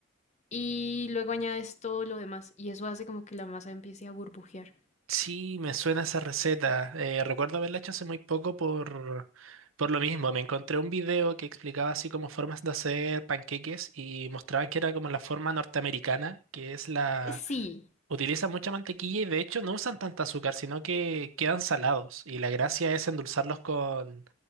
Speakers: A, on the left (about 35°); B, on the right (about 80°).
A: y luego añades todo lo demás y eso hace como que la masa empiece a burbujear.
B: Sí, me suena esa receta. Eh, recuerdo haberla hecho hace muy poco por, por lo mismo. Me encontré un video que explicaba así como formas de hacer panqueques y mostraban que era como la forma norteamericana, que es la...
A: Sí,
B: Utilizan mucha mantequilla y de hecho no usan tanta azúcar, sino que quedan salados. Y la gracia es endulzarlos con,